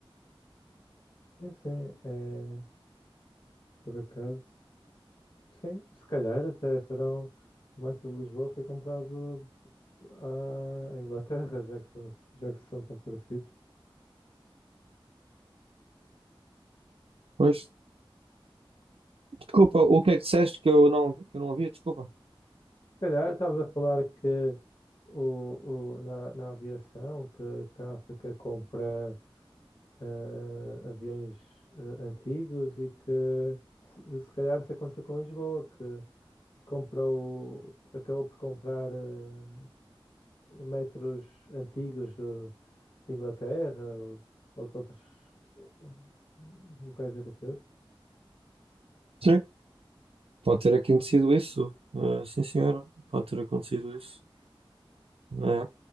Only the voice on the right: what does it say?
Pois, Desculpa, o que é que disseste que eu não, que eu não ouvi? Desculpa.
Sim. Pode ter acontecido isso. Uh, sim, senhora. Pode ter acontecido isso. Uh,